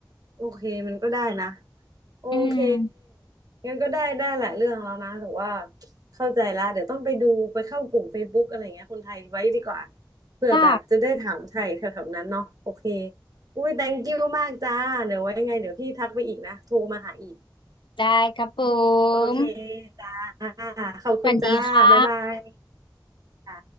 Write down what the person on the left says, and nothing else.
อืม
ใช่
ได้ครับผ
ม
สวัสดีค่ะ